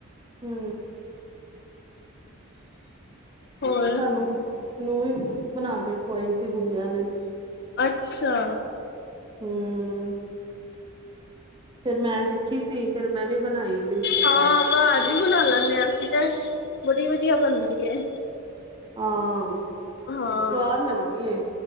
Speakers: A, on the right; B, on the left.
A: ਹੂੰ
B: ਹੋਰ
A: ਸਾਨੂੰ ਗੁ <unintelligible> ਵੀ ਬਣਾ ਕੇ ਖਵਾਈ ਸੀ ਗੁੜੀਆ ਨੇ।
B: ਅੱਛਾ
A: ਹੂੰ ਫਿਰ ਮੈਂ ਸਿੱਖੀ ਸੀ ਫਿਰ ਮੈਂ ਵੀ ਬਣਾਈ ਸੀ ਉਸ ਤੋਂ
B: ਹਾਂ
A: ਬਾਦ।
B: ਘਰ ਹੀ ਬਣਾ ਲੈਂਦੇ ਹਾਂ ਅਸੀਂ ਤੇ ਬੜੀ ਵਧੀਆ ਬਣਦੀ ਏ।
A: ਹਾਂ ਸਵਾਦ
B: ਹਾਂ
A: ਲੱਗਦੀ ਏ